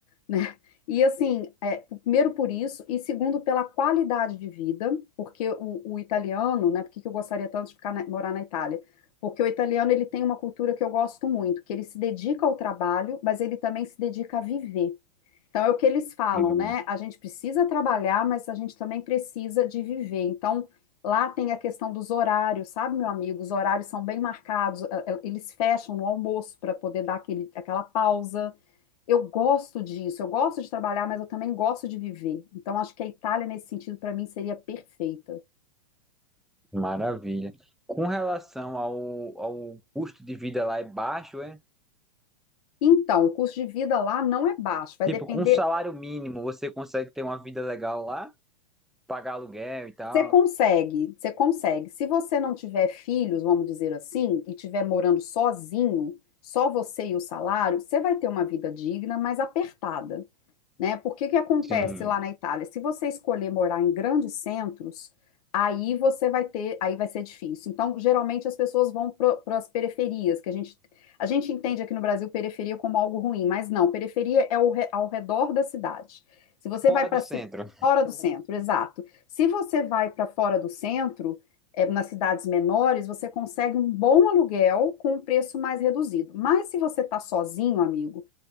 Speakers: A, on the left; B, in the centre.
A: né? E assim, é, primeiro por isso, e segundo pela qualidade de vida, porque o, o italiano, né? Por que que eu gostaria tanto de ficar na- morar na Itália? Porque o italiano ele tem uma cultura que eu gosto muito, que ele se dedica ao trabalho, mas ele também se dedica a viver. Então, é o que eles falam,
B: Hum,
A: né? A gente precisa trabalhar, mas a gente também precisa de viver. Então, lá tem a questão dos horários, sabe, meu amigo? Os horários são bem marcados, eh, eh, eles fecham no almoço para poder dar aquele, aquela pausa. Eu gosto disso, eu gosto de trabalhar, mas eu também gosto de viver. Então, acho que a Itália, nesse sentido, para mim, seria perfeita.
B: Maravilha. Com relação ao, ao custo de vida lá é baixo, é?
A: Então, o custo de vida lá não é baixo, vai
B: Tipo,
A: depender.
B: com salário mínimo você consegue ter uma vida legal lá, pagar aluguel e tal.
A: Você consegue, você consegue. Se você não tiver filhos, vamos dizer assim, e tiver morando sozinho, só você e o salário, você vai ter uma vida digna, mas apertada né? Por que que acontece
B: Sim.
A: lá na Itália? Se você escolher morar em grandes centros, aí você vai ter, aí vai ser difícil. Então, geralmente as pessoas vão para as periferias, que a gente a gente entende aqui no Brasil periferia como algo ruim, mas não, periferia é ao, re- ao redor da cidade. Se você
B: Fora
A: vai para
B: do centro.
A: fora do centro, exato. Se você vai para fora do centro, é, nas cidades menores, você consegue um bom aluguel com um preço mais reduzido. Mas se você está sozinho, amigo